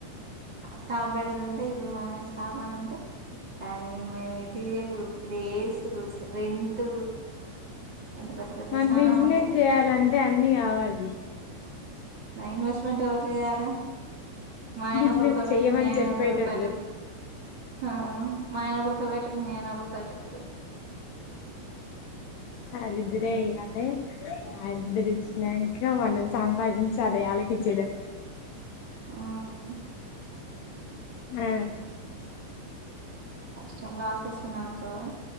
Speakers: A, on the right; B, on the left.
A: షాప్ పడేదంటే ఇప్పుడు మన షాప్ అన అంటే దాని మెటీరియల్ ప్లేసు రెంట్ ఎంత పెద్ద పెద్ద
B: మన
A: చానా
B: బిజినెస్
A: ఉంటాయి
B: చేయాలంటే అన్నిీ కావాలి
A: నా ఇన్వెస్ట్మెంట్ ఎవరు చేయాలి మా ఆయన
B: బిజినెస్
A: ఒక రూపాయి పెట్టి
B: చెయ్యమని
A: మీ ఆయన
B: చెప్పేటోళ్ళు
A: ఒక రూపాయిదు ఆ మా ఆయనగు రూపాయి పెట్టడు మీ ఆయనగు రూపాయి పెట్టడం
B: అరిదురే అయ్యాలి ఆదురిచ్చినాక మనం సంపాదించాలి వాళ్ళకి చేేడం
A: మ్మ్
B: ఆ
A: కష్టం లాస్ వచ్చిందినకో